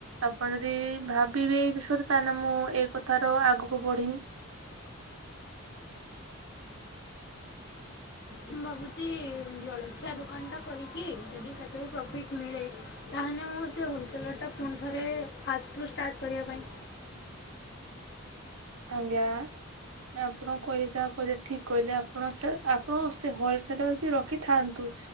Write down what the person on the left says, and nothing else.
ମୁଁ ଭାବୁଚି ଜଳଖିଆ ଦୋକାନଟା କରିକି ଯଦି ସେଥିରୁ ପ୍ରଫିଟ୍ ମିଳେ। ତାହେନେ ମୁଁ ସେ ହୋଲସେଲରର୍ଟା ପୁଣି ଥରେ ଫାଷ୍ଟରୁ ଷ୍ଟାର୍ଟ କରିବା ପାଇଁ